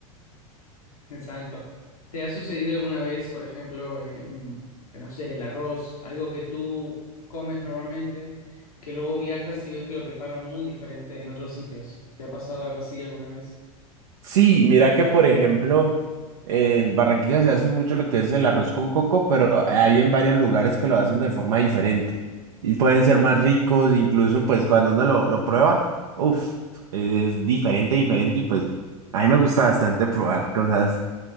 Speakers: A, on the left; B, on the right.
A: Exacto. ¿Te ha sucedido alguna vez, por ejemplo, eh, mm, no sé, el arroz, algo que tú comes normalmente, que luego viajas y ves que lo preparan muy diferente en otros sitios? ¿Te ha pasado algo así alguna vez?
B: Sí, mira que por ejemplo, en Barranquilla se hace mucho lo que es el arroz con coco, pero hay en varios lugares que lo hacen de forma diferente y pueden ser más ricos, incluso pues cuando uno lo, lo prueba, uff, es diferente, diferente y pues a mí me gusta bastante probar cosas